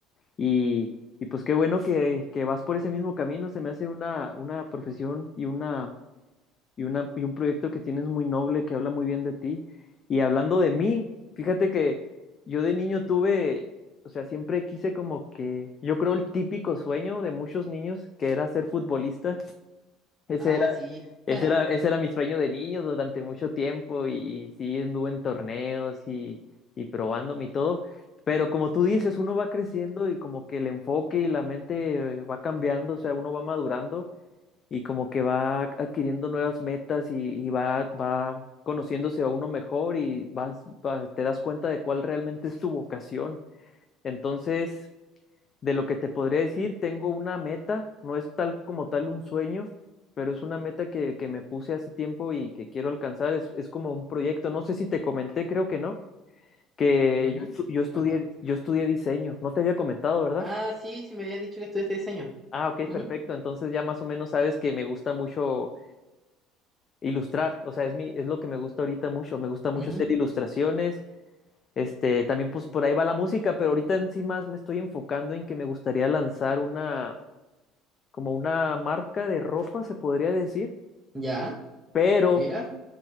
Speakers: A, on the left (about 40°); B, in the centre.
A: y, y pues qué bueno que, que vas por ese mismo camino, se me hace una, una profesión y una y, una, y un proyecto que tienes muy noble, que habla muy bien de ti. Y hablando de mí, fíjate que yo de niño tuve, o sea, siempre quise como que, yo creo el típico sueño de muchos niños, que era ser futbolista. Ese
B: Ah,
A: era,
B: sí.
A: ese
B: <laughs>
A: era, ese era mi sueño de niño durante mucho tiempo y, y sí, anduve en torneos y, y probándome y todo. Pero como tú dices, uno va creciendo y como que el enfoque y la mente eh, va cambiando, o sea, uno va madurando y como que va adquiriendo nuevas metas y, y va, va conociéndose a uno mejor y vas, va- te das cuenta de cuál realmente es tu vocación. Entonces, de lo que te podría decir, tengo una meta, no es tal como tal un sueño, pero es una meta que, que me puse hace tiempo y que quiero alcanzar. Es, es como un proyecto, no sé si te comenté, creo que no, que
B: Ujú.
A: yo, estu- yo estudié,
B: Cuéntame.
A: yo estudié diseño, no te había comentado, ¿verdad?
B: Ah, sí, sí me habías dicho que estudiaste diseño.
A: Ah, ok,
B: Ujú.
A: perfecto. Entonces ya más o menos sabes que me gusta mucho ilustrar, o sea, es mi, es lo que me gusta ahorita mucho, me gusta mucho
B: Ujú.
A: hacer ilustraciones, este, también pues por ahí va la música, pero ahorita en sí más me estoy enfocando en que me gustaría lanzar una, como una marca de ropa, se podría decir,
B: Ya,
A: pero
B: mira.